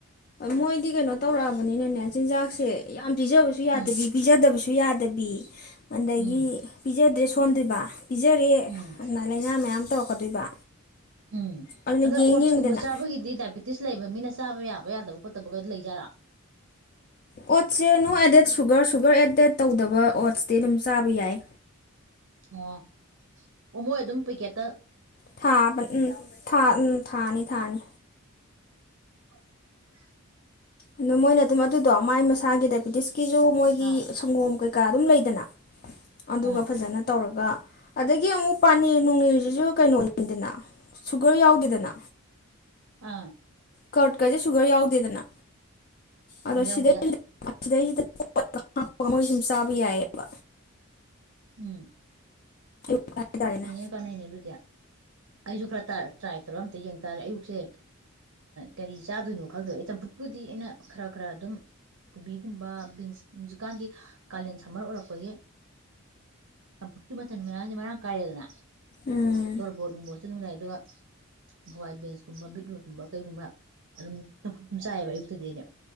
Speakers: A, on the left (about 40°); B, on the right (about 75°).
A: ꯃꯣꯏꯗꯤ ꯀ ꯅ ꯇꯧꯔꯛꯑꯕꯅꯤꯅꯅꯦ ꯆꯤꯟꯖꯥꯛꯁꯦ ꯌꯥꯝ ꯄꯤꯖꯕꯁꯨ ꯌꯥꯗꯗꯤ
B: ꯎꯝ
A: ꯄꯤꯖꯗꯕꯁꯨ ꯁꯨ ꯌꯥꯗꯕꯤ ꯑꯗꯒꯤ
B: ꯎꯝ
A: ꯄꯤꯖꯥ ꯑꯦꯗ꯭ꯔꯦꯁ ꯐꯣꯟꯗ꯭ꯔꯤꯕ ꯄꯤꯖꯔꯦ
B: ꯎꯝ
A: ꯑꯗꯨꯅ ꯂꯥꯏꯅꯥ ꯃꯌꯥꯝ ꯇꯧꯔꯛꯀꯗꯣꯏꯕ
B: ꯎꯝ
A: ꯑꯗꯨꯅ
B: ꯑꯗ
A: ꯌꯦꯡ
B: ꯑꯣꯠꯁꯀꯨꯝꯕ
A: ꯌꯦꯡꯗꯅ
B: ꯆꯥꯕꯒꯤꯗꯤ ꯗꯥꯏꯕꯦꯇꯤꯁ ꯂꯩꯕ ꯃꯤꯅ ꯆꯥꯕ ꯌꯥꯕ ꯌꯥꯗꯕ ꯈꯣꯠꯇꯕꯒ ꯂꯩꯖꯥꯔꯥ
A: ꯑꯣꯠꯁꯦ no added sugar sugar added ꯇꯧꯗꯕ ꯑꯣꯠꯁꯇꯤ ꯑꯗꯨꯝ ꯆꯥꯕ ꯌꯥꯏ
B: ꯑꯣ ꯑꯣ ꯃꯣꯏ ꯑꯗꯨꯝ ꯄꯤꯀꯦꯠꯇ
A: ꯊꯥꯕ ꯎꯝ ꯊꯥ ꯎꯝ ꯊꯥꯅꯤ ꯊꯥꯅꯤ
B: <unintelligible>
A: ꯑꯗꯣ ꯃꯣꯏꯅ ꯑꯗꯨꯝ ꯑꯗꯨꯗꯣ ꯃꯥꯏ ꯃꯁꯥꯒꯤ ꯗꯥꯏꯕꯦꯇꯤꯁꯀꯤ ꯀꯤꯁꯨꯨ ꯃꯣꯏꯒꯤ
B: ꯑꯥ
A: ꯁꯪꯒꯣꯝ ꯀꯩ ꯀ ꯀꯥ ꯑꯗꯨꯝ ꯂꯩꯗꯅ ꯑꯗꯨꯒ
B: ꯑꯥ
A: ꯐꯖꯅ ꯇꯧꯔꯒ ꯑꯗꯒꯤ ꯑꯃꯨꯛ ꯄꯥꯅꯤꯔ ꯅꯨꯡꯅꯦꯔꯁꯤꯁꯨ ꯀꯩꯅꯣ ꯌꯦꯡꯗꯅ ꯁꯨꯒꯔ ꯌꯥꯎꯗꯦꯗꯅ
B: ꯑꯥ
A: ꯀꯔꯠꯀꯁꯦ ꯁꯨꯒꯔ ꯌꯥꯎꯗꯦꯗꯅ ꯑꯗꯣ
B: ꯌꯥꯎꯗꯦ
A: ꯁꯤꯗ ꯁꯤꯗꯩꯁꯤꯗꯄ ꯍꯥꯞꯄꯒ ꯃꯣꯏꯁꯨ ꯁꯨꯝ ꯆꯥꯕ ꯌꯥꯏꯑꯕ
B: ꯎꯝ
A: ꯑꯌꯨꯛ ꯍꯥꯏꯇꯥꯔꯦꯅꯦ
B: ꯍꯣꯏꯅꯦ ꯀꯥꯟꯅꯩꯅꯦ ꯑꯗꯨꯗꯤ ꯑꯩꯁꯨ ꯈꯔ ꯇ꯭ꯔꯥꯏ ꯇꯧꯔ ꯑꯝꯇ ꯌꯦꯡ ꯇꯥꯔꯦ ꯑꯌꯨꯛꯁꯦ ꯀꯔꯤ ꯆꯥꯗꯣꯏꯅꯣ ꯈꯪꯗꯣꯏꯕ ꯑꯩ ꯆꯝꯐꯨꯠꯄꯨꯗꯤ ꯑꯩꯅ ꯈꯔ ꯈꯔ ꯑꯗꯨꯝ ꯀꯣꯕꯤꯒꯨꯝꯕ ꯕꯤꯟꯁ ꯍꯧꯖꯤꯛꯀꯥꯟꯗꯤ ꯀꯥꯂꯦꯟ ꯁꯝꯃꯔ ꯑꯣꯏꯔꯛꯄꯒꯤ ꯆꯝꯐꯨꯠꯀꯤ ꯃꯆꯜ ꯃꯌꯥꯝꯁꯦ ꯃꯔꯥꯡ ꯀꯥꯏꯅ ꯀꯌꯦꯗꯅ
A: ꯎꯝ
B: ꯇꯔ ꯣꯠꯅꯅꯨꯡꯃꯣ ꯂ ꯑꯗꯨꯒ ꯍꯋꯥꯏ ꯕꯦꯟꯁ ꯀꯨꯝꯕ ꯕꯤꯠꯔꯨ ꯀꯨꯝꯕ ꯀꯩꯒꯨꯝꯕ ꯑꯗꯨꯝ ꯁ ꯆꯥꯏꯑꯕ ꯑꯌꯨꯛꯇꯗꯗꯤꯅꯦ